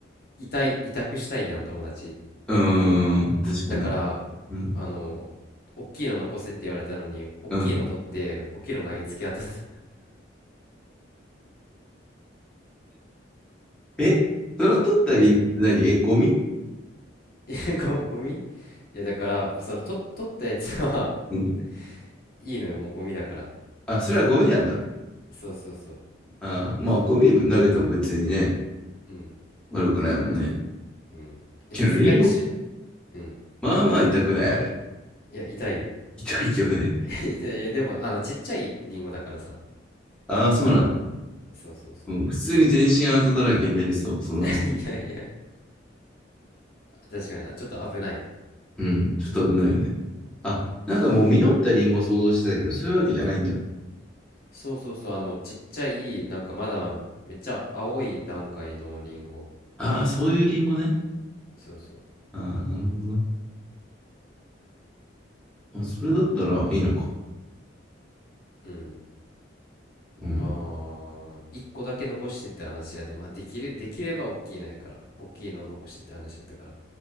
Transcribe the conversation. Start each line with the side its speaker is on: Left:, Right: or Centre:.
Left: 委託、委託したいやん、友達。
Centre: うん。確かに。
Left: だから、
Centre: うん。
Left: あの、おっきいの残せって言われたのに、おっきいの取って、
Centre: うん。
Left: おっきいの投げつけ当たった。
Centre: えそれ取ったリンクって何え、
Left: <laughs> え
Centre: ゴミ
Left: えご <laughs>、ゴミいや、だから、その、と、取ったやつは
Centre: うん。
Left: <laughs> いいのよ、もうゴミだから。
Centre: あ、それはゴミなんだ。
Left: そうそうそう。
Centre: ああまあ、ゴミ投げても別にね、
Left: うん、
Centre: 悪くないもんね。
Left: うん。いや、
Centre: けど、
Left: さすがにし、
Centre: リンゴ、
Left: うん。
Centre: まあまあ痛くない、あれ。
Left: いや、痛いよ。
Centre: <laughs> 痛いよね。
Left: <laughs> いやいやでも、あの、ちっちゃいリンゴだからさ、
Centre: ああ、そうなんだ。
Left: まだ。そうそうそう。
Centre: うん、普通に全身あざだらけになりそう、その朝。
Left: <laughs> いやいや、確かに、あちょっと危ない。
Centre: うん、ちょっと危ないよね。あ、なんかもう実ったリンゴ想像してたけど、そういうわけじゃないんだ。
Left: そうそうそう、あの、ちっちゃい、なんかまだ、めっちゃ青い段階のリンゴ。
Centre: ああ、そういうリンゴね。
Left: そうそう。
Centre: ああ、なるほどな。あ、それだったらいいのか。
Left: うん。
Centre: うん。
Left: まあ、一個だけ残してって話やで、まあ、できる、できれば大きいのやから、大きいのを残してって話やったから。